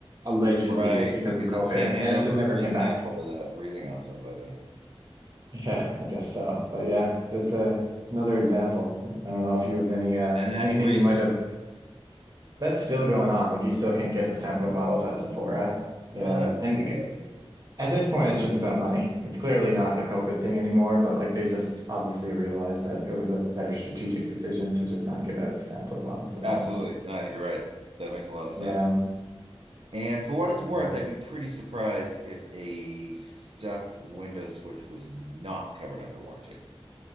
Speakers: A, on the right; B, on the right.
A: allegedly
B: Right.
A: because
B: Because
A: of COVID,
B: you can't hand
A: and it
B: over
A: just never
B: a free
A: came
B: sample
A: back. <laughs>
B: without breathing on somebody.
A: Yeah, I guess so. But yeah, that's a another example. I don't know if you have any uh
B: And that's
A: anything
B: recent.
A: you might have that's still going on. Like you still can't get
B: Oh,
A: the sampler bottles
B: wow.
A: at Sephora. Yeah.
B: Oh, that's
A: And
B: uh,
A: c- at this point it's just about money. It's clearly not a COVID thing anymore, but like they just obviously realized that it was a better strategic decision to just not give out the sampler bottles at
B: absolutely.
A: all.
B: No, I think you're right. That makes a lot of
A: Yeah.
B: sense. And for what it's
A: Yeah.
B: worth, I'd be pretty surprised if a stuck window switch was not covered under warranty.